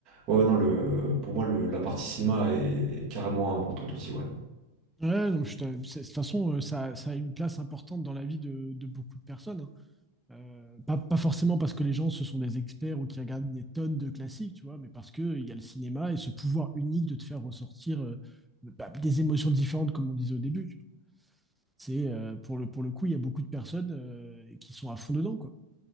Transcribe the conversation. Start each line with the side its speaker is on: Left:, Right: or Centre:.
Right: ouais, ouais, non, le, pour moi, le, la partie cinéma est carrément importante aussi, ouais.
Centre: Ouais, donc, je te- c'est- de toute façon, euh, ça, ça a une place importante dans la vie de, de beaucoup de personnes. hein. Euh, pas, pas forcément parce que les gens, ce sont des experts ou qui regardent des tonnes de classiques, tu vois, mais parce qu'il y a le cinéma et ce pouvoir unique de te faire ressortir euh, bah, des émotions différentes, comme on disait au début. tu vois. C'est, euh, pour le, pour le coup, il y a beaucoup de personnes euh, qui sont à fond dedans, quoi.